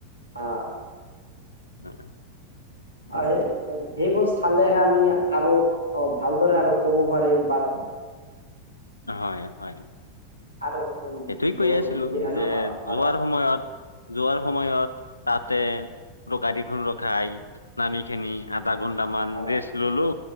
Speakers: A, on the right; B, on the left.
A: অ',
B: হয়।
A: হয়, সেইবোৰ চালেহে আমি আৰু অ', ভালদৰে আৰু কব পাৰিম বা
B: হয়, হয়
A: আৰু উম,
B: সেইটোৱে
A: বহুত
B: কৈ আছিলো
A: দিয়ে
B: যে,
A: ন হয় হয়
B: যোৱাৰ সময়ত যোৱাৰ সময়ত তাতে, গাৰিখন ৰখাই নামি কিনি <unintelligible> ঘন্টা মান
A: হয়
B: ৰেষ্ট ললো,